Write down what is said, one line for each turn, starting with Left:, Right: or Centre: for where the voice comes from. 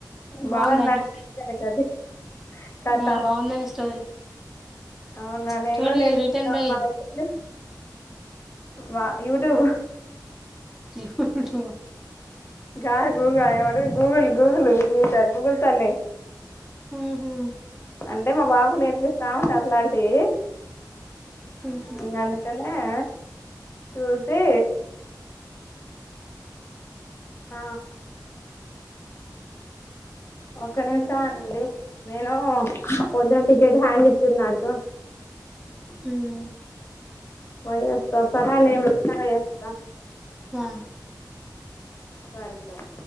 Left: బాగుందా
Centre: బాగుందండి
Left: <unintelligible> కథ
Centre: ఆ బాగుందండి స్టోరీ
Left: అవునా నేను
Centre: స్టోరీ
Left: కూడా నేర్చుకున్నా
Centre: రిటర్న్
Left: ఇగ ఆ
Centre: బై
Left: పాలుతోని వా యూటుబ్
Centre: ని ఫోటో
Left: గాగు దన్నెమంటరు గూగుల్ గూగుల్ గూగుల్ త గూగుల్ తల్లే
Centre: ఉహు
Left: అంటే మా బాబు నేర్పిస్తా ఉంట అట్లాంటియి
Centre: ఉమ్
Left: ఇగ అందుకని ఆ చూసి ఆ ఒక నిమిషం అండి నేను పొద్దున టికెట్ హ్యాండ్ ఇచ్చిరు నాకు
Centre: ఉమ్
Left: పోయస్త సరా నే వచ్చినాక చేస్త
Centre: వా
Left: సరే సరే